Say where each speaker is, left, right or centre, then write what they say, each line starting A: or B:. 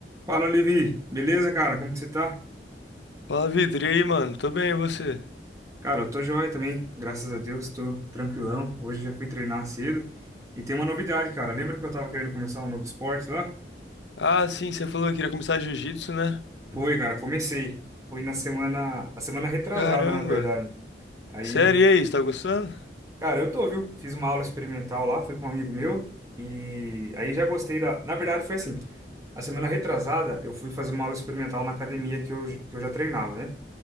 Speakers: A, on the right; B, on the left.
A: Fala, Levi. Beleza, cara? Como que você tá?
B: Fala, Vitor. E aí, mano? Tô bem, e você?
A: Cara, eu tô joia também, graças a Deus, tô tranquilão. Hoje já fui treinar cedo. E tem uma novidade, cara. Lembra que eu tava querendo começar um novo esporte lá?
B: Ah, sim, você falou que queria começar jiu-jitsu, né?
A: Foi, cara, comecei. Foi na semana, a semana retrasada,
B: Caramba.
A: na verdade. Aí,
B: Sério, e aí, você tá gostando?
A: cara, eu tô, viu? Fiz uma aula experimental lá, fui com um amigo meu. E aí já gostei da. Na verdade, foi assim. A semana retrasada, eu fui fazer uma aula experimental na academia que eu, que eu já treinava, né?